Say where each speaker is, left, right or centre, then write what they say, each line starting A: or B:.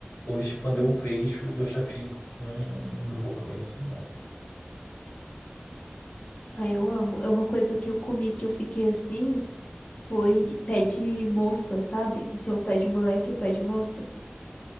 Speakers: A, on the left (about 85°); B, on the left (about 40°).
A: Hoje, quando
B: uhum.
A: eu vejo, eu já fico, hum, não vou comer isso, não.
B: Ah, eu amo. É uma coisa que eu comi que eu fiquei assim, foi pé de moça, sabe? Então, pé de moleque e o pé de moça.